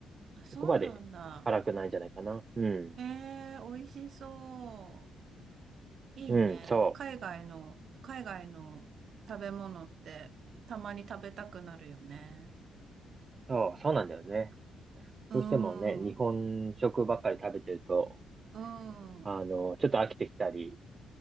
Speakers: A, on the right (about 55°); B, on the right (about 35°).
A: あ、そうなんだ。
B: そこまで辛くないんじゃないかな。うん。
A: ええ美味しそう。いいね。
B: うん、そ
A: 海外の、海外の食べ物ってたまに食べたくなるよね。
B: う。そう、そうなんだよね。
A: うん、
B: どうしてもね、日本食ばっかり食べてると、
A: うん、うん、
B: あの、
A: う
B: ちょっと飽きてきたり、